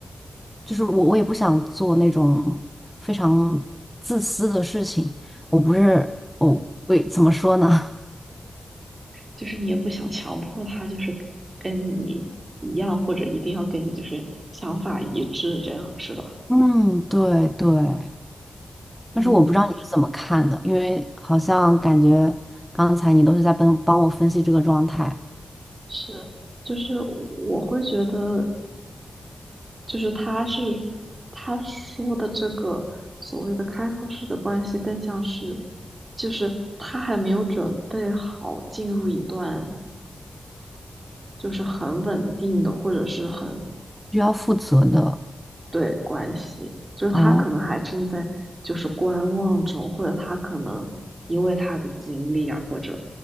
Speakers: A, in the centre; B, on the right (about 30°).
A: 就是我我也不想做那种非常自私的事情。我不是，哦，喂，怎么说呢？
B: 就是你也不想强迫他就是跟你一样，或者一定要跟你就是想法一致，这样是吧？
A: <laughs> 嗯，对对。但是我不知道你是怎么看的，
B: 嗯。
A: 因为好像感觉刚才你都是在帮帮我分析这个状态，
B: 是，就是我会觉得，就是他是他说的这个所谓的开放式的关系，更像是就是他还没有准备好进入一段就是很稳定的或者是很
A: 需要负责的。
B: 对关系，就是他可能还正在就是观望中，
A: 嗯
B: 或者他可能因为他的经历啊，或者